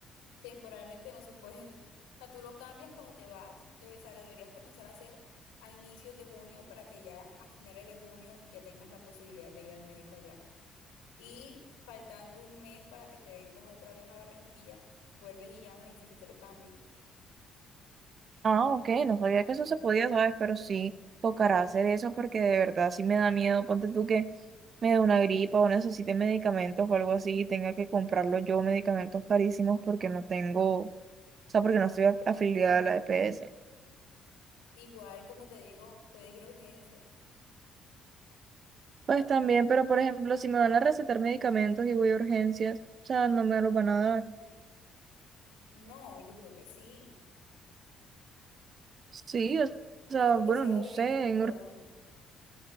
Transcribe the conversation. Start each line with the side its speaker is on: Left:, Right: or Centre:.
Left: Temporalmente no se puede. <laughs> O sea, tú lo cambias cuando te vas, lo, de- o sea, lo deberías comenzar a hacer a inicios de junio para que ya a finales de junio ya tengas la posibilidad de ir al médico allá. y faltando un mes para que te vengas otra vez a Barranquilla, vuelves y llamas y dices que te lo cambien.
Right: Ah, ok, no sabía que eso se podía, ¿sabes? Pero sí tocará hacer eso porque de verdad sí me da miedo. Ponte tú que me dé una gripa o necesite medicamentos o algo así y tenga que comprarlo yo, medicamentos carísimos porque no tengo, o sea, porque no estoy af- afiliada a la EPS.
Left: Igual, como te digo, puedes ir a urgencias.
Right: Pues también, pero por ejemplo, si me van a recetar medicamentos y voy a urgencias, o sea, no me los van a dar.
Left: No, yo creo que sí.
Right: Sí, o sea,
Left: Todo lo
Right: bueno,
Left: que sea
Right: no
Left: de urgencias
Right: sé.
Left: te
Right: en
Left: lo
Right: ur-
Left: dan.